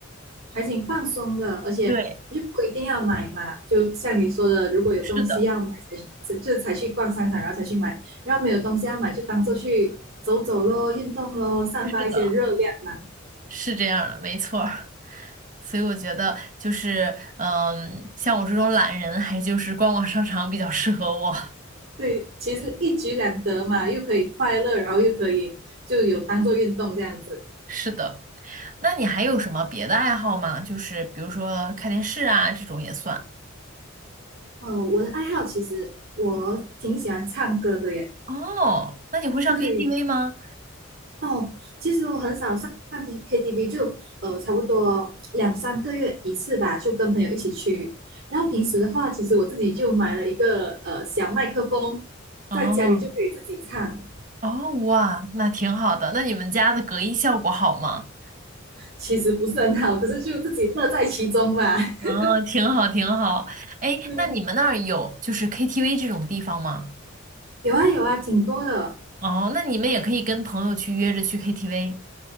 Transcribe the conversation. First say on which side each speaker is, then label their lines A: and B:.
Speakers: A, on the right; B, on the right.
A: 还挺放松的，而且你就不一定要买嘛，
B: 对，
A: 就像你说的，如果有东西要买才才就才去逛商场，
B: 是的，
A: 然后才去买，然后没有东西要买就当做去走走咯，运动咯，散发一些热量嘛。
B: 是的，是这样的，没错儿。所以我觉得就是，嗯，像我这种懒人，还就是逛逛商场比较适合我。<laughs>
A: 对，其实一举两得嘛，又可以快乐，然后又可以就有当做运动这样子。
B: 是的，那你还有什么别的爱好吗？就是比如说看电视啊，这种也算。
A: 呃，我的爱好其实我挺喜欢唱歌的耶。
B: 哦，那你会上
A: 对，
B: KTV 吗？
A: 哦，其实我很少上上 K- KTV，就呃差不多两三个月一次吧，就跟朋友一起去。然后平时的话，其实我自己就买了一个呃小麦克风，
B: 哦
A: 在家里就可以自己唱。
B: 哦，哇，那挺好的。那你们家的隔音效果好吗？
A: 其实不是很好，可是就自己乐在其中嘛。<laughs>
B: 哦，挺好，挺好。哎，
A: 对，
B: 那你们那儿有就是 KTV 这种地方吗？
A: 有啊有啊，挺多的。
B: 哦，那你们也可以跟朋友去约着去 KTV。